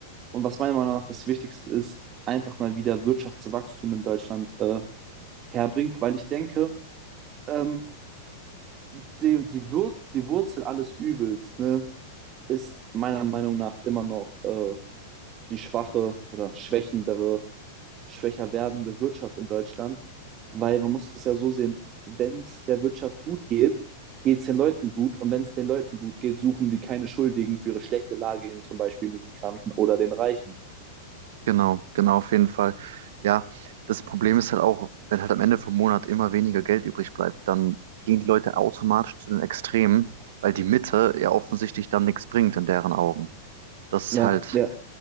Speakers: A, on the right; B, on the right.
A: Und was meiner Meinung nach das Wichtigste ist, einfach mal wieder Wirtschaftswachstum in Deutschland äh, herbringt, weil ich denke, ähm, die, die, Wur die Wurzel alles Übels ne, ist meiner Meinung nach immer noch äh, die schwache oder schwächendere schwächer werdende Wirtschaft in Deutschland, weil man muss es ja so sehen, wenn es der Wirtschaft gut geht, geht es den Leuten gut und wenn es den Leuten gut geht, suchen die keine Schuldigen für ihre schlechte Lage in zum Beispiel Migranten oder den Reichen.
B: Genau, genau, auf jeden Fall. Ja, das Problem ist halt auch, wenn halt am Ende vom Monat immer weniger Geld übrig bleibt, dann gehen die Leute automatisch zu den Extremen, weil die Mitte ja offensichtlich dann nichts bringt in deren Augen. Das ist
A: Ja,
B: halt,
A: ja,